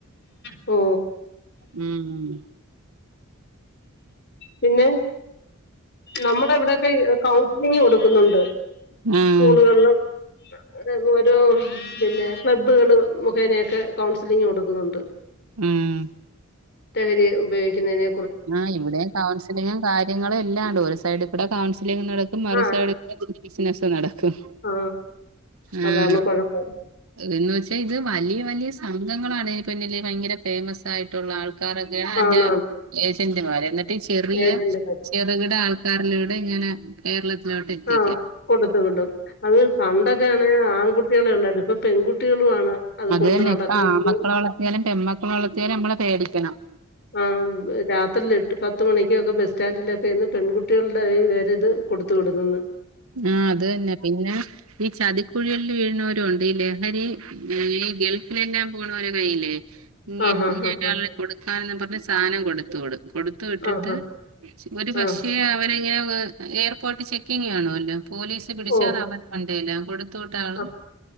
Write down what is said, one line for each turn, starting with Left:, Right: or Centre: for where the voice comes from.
Left: ഓ
Right: ഉം ഉം
Left: പിന്നെ നമ്മളെ ഇവിടൊക്കെ ക കൗൺസിലിംഗ് കൊടുക്കുന്നുണ്ട്
Right: ഉം
Left: സ്ക്കൂകളിലും പിന്നെ ഒരു ക്ലബ്ബുകള് മുഖേനയൊക്കെ കൗൺസിലിംഗ് കൊടുക്കുന്നുണ്ട്
Right: ഉം
Left: ലഹരി ഉപയോഗിക്കുന്നതിന്
Right: ആഹ് ഇവിടെയും കൗൺസിലിങ്ങും കാര്യങ്ങളും എല്ലാ ഉണ്ട് ഒരു സൈഡ് കൂടെ കൗൺസിലിംങ് നട മറുസൈഡ്ന്റ
Left: ആ
Right: <inaudible> ബിസിനസ് നടക്കും
Left: ആ
Right: ആഹ്
Left: അതാണ് കുഴപ്പം
Right: എന്ന് വെച്ചാ ഇത് വലിയ വലിയ സംഘങ്ങളാണെ പിന്നില് ഭയങ്കര ഫേമസ് ആയിട്ടുള്ള ആൾക്കാ രോക്കെയാണ് അവന്റെ
Left: ആണാണ്
Right: ഏജന്റ്മാര് എന്നിട്ട് ചെറിയ
Left: ഏജന്റുമാര്
Right: ചെ ചെറുകിട ആൾക്കാരിലൂടെ ഇങ്ങനെ കേരളത്തിലോട്ട് എത്തിക്കാം
Left: ആ കൊടുത്തു വിടും അത് പണ്ടൊക്കെയാണ് ആൺകുട്ടികളെ ഉള്ളരു ഇപ്പൊ പെൺകുട്ടികളു ആണ് അത്കൊണ്ട്
Right: അത് തന്നെ
Left: നടക്കുന്നതും
Right: ഇപ്പ ആമക്കളെ വളർത്തിയാലും പെമ്മക്കളെ വളർത്തിയാലും നമ്മളെ പേടിക്കണം.
Left: ആഹ് രാത്രില് എട്ട് പത്ത് മണിക്കൊക്കെ ബസ് സ്റ്റാൻഡിലൊക്കെ ഇരുന്ന് പെൺകുട്ടികളുടെ ഒരു ഇത് കൊടുത്തു വിടുന്നുന്ന്
Right: ആഹ് അത് തന്നെ പിന്നെ ഈ ചതിക്കുഴികളിൽ വീഴ്ണോരും ഉണ്ട് ഈ ലഹരി ഈ ഗൾഫിലെല്ലാം പോണവര കയ്യില്ലേ ഇ
Left: ആ ഹാ
Right: ഇന്ന
Left: ഹാ
Right: ഒരാളെ
Left: ഹാ
Right: കൊടുക്കാനന്ന് പറഞ്ഞ് സാധനം കൊടുത്തു വിടും കൊടുത്തു വിട്ടിട്ട്
Left: ആ ഹാ
Right: ഒരു പക്ഷേ
Left: ആ
Right: അവനങ്ങനെ വെ എയർപോർട്ട് ചെക്കിങ് കാണു അല്ലോ പോലീസ് പിടിച്ചാൽ
Left: ഓ
Right: അത് അവരെ മണ്ടേലാവും കൊടു കൊടുത്തു വിട്ടതാളും
Left: ആ